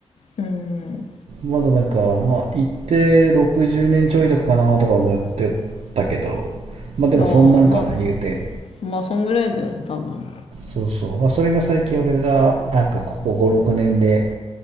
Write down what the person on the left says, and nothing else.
うん。
ああ、まあ、まあ、そんぐらいだよね、多分。